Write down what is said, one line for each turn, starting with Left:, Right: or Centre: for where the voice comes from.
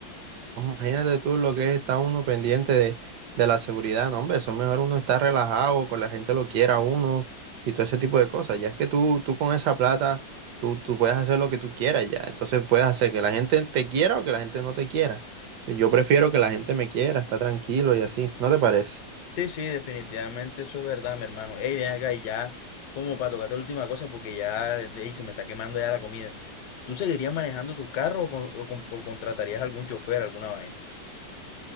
Right: Imagínate tú lo que es estar uno pendiente de, de la seguridad, no, hombre, eso es mejor uno estar relajado, con la gente lo quiera a uno y todo ese tipo de cosas. Ya es que tú, tú con esa plata, tú, tú puedes hacer lo que tú quieras ya. Entonces puedes hacer que la gente te quiera o que la gente no te quiera. O sea, yo prefiero que la gente me quiera, está tranquilo y así, ¿no te parece?
Left: Sí, sí, definitivamente eso es verdad, mi hermano. Ey, ven acá y ya, como para tocarte la última cosa, porque ya ey, se me está quemando ya la comida. ¿Tú seguirías manejando tu carro o, con- o con- o contratarías algún chofer, alguna vaina?